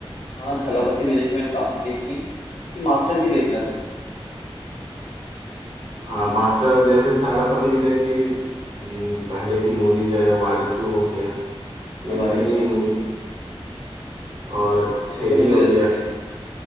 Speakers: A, on the left; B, on the right.
A: हाँ थलापति विजय की मैंने काफी देखी है इसकी मास्टर जी देखना तुम
B: हाँ मास्टर जैसे थालापति विजय की हम्म, पहले की मूवीज है वारिसू हो गया ये
A: आवारिस
B: नई नई
A: वो अच्छी
B: मूवी
A: है
B: और
A: हाँ ये
B: थेरी
A: सब मूवीज
B: हो
A: अच्छी
B: गया
A: है